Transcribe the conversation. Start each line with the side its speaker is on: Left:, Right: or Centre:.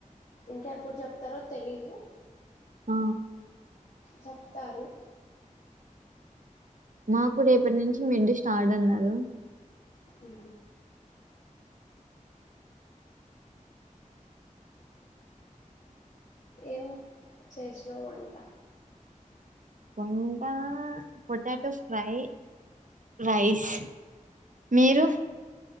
Left: ఇంకా ఎప్పుడు చెప్తారో తెలీదు
Right: ఆ
Left: చెప్తారు
Right: మాకు రేపటి నుంచి మిడ్డ్ స్టార్ట్ అన్నారు
Left: ఉ ఏమ్ చేసినావు వంటా
Right: కొండ పొటాటో ఫ్రై రైస్ మీరు